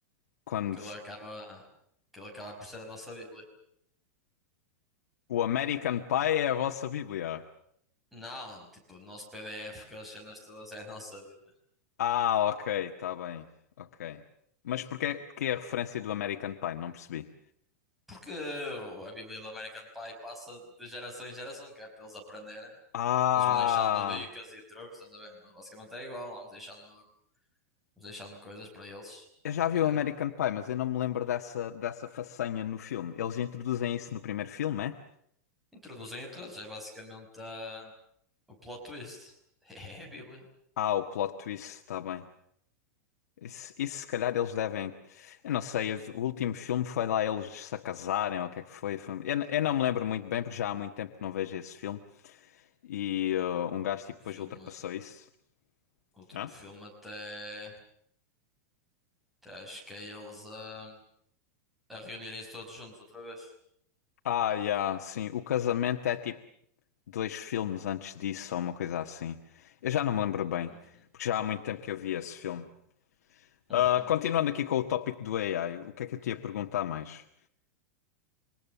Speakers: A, on the left; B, in the centre.
A: quando
B: aquilo acaba, aquilo acaba por ser a nossa Bíblia.
A: o American Pie é a vossa Bíblia.
B: Não, tipo, o nosso PDF com as cenas todas é a nossa Bíblia.
A: Ah, ok, tá bem. Ok. Mas porquê, porquê a referência do American Pie? Não percebi.
B: Porque a Bíblia do American Pie passa de geração em geração, que é para eles aprenderem.
A: Ah,
B: Eles vão deixando dicas e truques, estás a ver? Nós basicamente é igual, vamos deixando, vamos deixando coisas para eles
A: eu já
B: aprenderem.
A: vi o American Pie, mas eu não me lembro dessa, dessa façanha no filme. Eles introduzem isso no primeiro filme, é?
B: Introduzem a todos, é basicamente ah, o plot twist. <laughs> É a Bíblia.
A: Ah, o plot twist, tá bem. Isso, isso se calhar eles devem. Eu não sei, o último filme foi lá eles se casarem ou o que é que foi. foi- Eu, eu não me lembro muito bem porque já há muito tempo que não vejo esse filme. E uh, um gajo
B: O
A: tipo, depois
B: filme,
A: ultrapassou isso.
B: o último
A: Hã?
B: filme até, até acho que é eles a, a reunirem-se todos juntos outra vez.
A: Ah, yeah, sim. O casamento é tipo dois filmes antes disso ou uma coisa assim. Eu já não me lembro bem
B: Uhum,
A: porque já há muito tempo que eu vi esse filme.
B: uhum,
A: Ah, continuando aqui com o tópico do AI, o que é que eu te ia perguntar mais?